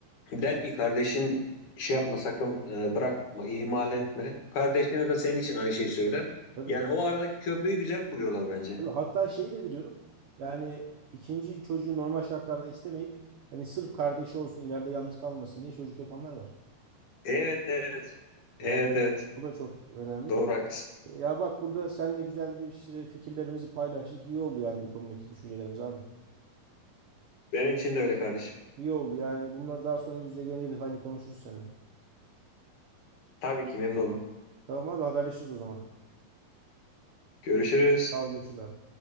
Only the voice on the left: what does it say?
Der ki kardeşin şey yapma sakın e, bırakma ihmal etme.
Kardeşine de senin için aynı şeyi söyler.
Yani o aradaki köprüyü güzel kuruyorlar bence.
Evet evet
evet evet
doğru haklısın.
Benim için de öyle kardeşim.
Tabii ki memnun olurum.
Görüşürüz.